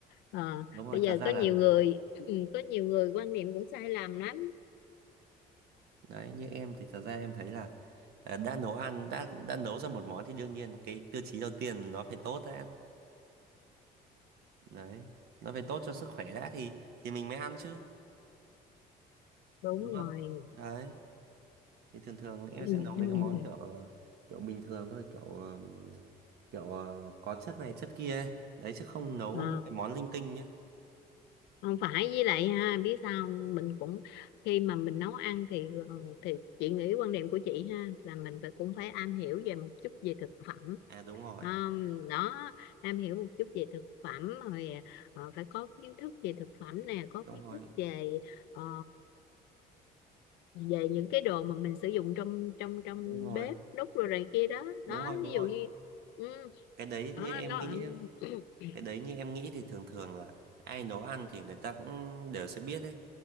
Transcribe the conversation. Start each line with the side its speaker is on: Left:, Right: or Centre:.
Left: ờ,
Right: Đúng rồi,
Left: bây
Right: thật
Left: giờ
Right: ra
Left: có
Right: là
Left: nhiều người <clears throat> có nhiều người quan niệm cũng sai lầm lắm
Right: Đấy, như em thì thật ra em thấy là à, đã nấu ăn đã đã nấu ra một món thì đương nhiên cái tiêu chí đầu tiên nó phải tốt đã đấy nó phải tốt cho sức khỏe đã thì thì mình mới ăn chứ
Left: đúng
Right: đúng
Left: rồi
Right: không đấy thì thường thường em
Left: <laughs>
Right: sẽ nấu mấy cái món kiểu ờ, kiểu bình thường thôi kiểu ờ, kiểu ờ, có chất này chất kia ấy đấy chứ không nấu
Left: Ờ,
Right: những cái món linh tinh nhá
Left: không phải với lại ha biết sao không? mình cũng khi mà mình nấu ăn thì ờ, thì chị nghĩ quan điểm của chị ha là mình phải cũng phải am hiểu về một chút về thực phẩm
Right: à đúng rồi
Left: Ờm, đó am hiểu một chút về thực phẩm rồi ờ, phải có kiến thức về thực phẩm nè có
Right: đúng
Left: kiến
Right: rồi
Left: thức về ờ, về những cái đồ mà mình sử dụng trong trong trong
Right: đúng rồi
Left: bếp đút rồi này kia đó
Right: đúng
Left: đó
Right: rồi đúng
Left: ví dụ
Right: rồi
Left: như ừ,
Right: cái đấy
Left: đó
Right: như em
Left: nó
Right: nghĩ nhá
Left: <clears throat>
Right: cái đấy như em nghĩ thì thường thường là ai nấu ăn thì người ta cũng đều sẽ biết ấy